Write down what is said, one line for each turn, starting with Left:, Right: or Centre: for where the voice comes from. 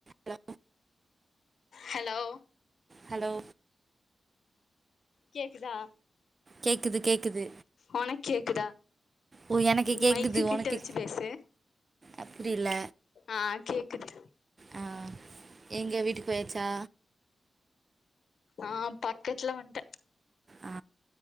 Right: ஹலோ
Left: ஹலோ
Right: ஹலோ
Left: கேக்குதா
Right: கேக்குது கேக் க்குது
Left: ஒனக் கேக்குதா
Right: ஓ எனக்கு
Left: நீ
Right: கேக்குது
Left: மைக்கு கிட்ட
Right: உனக்கு
Left: வச்சு பேசு
Right: அப்டில்ல
Left: ஆ கேக்குது
Right: அ எங்க வீட்டுக்கு போயாச்சா
Left: ஆ பக்கத்துல வன்ட்ட
Right: ஆ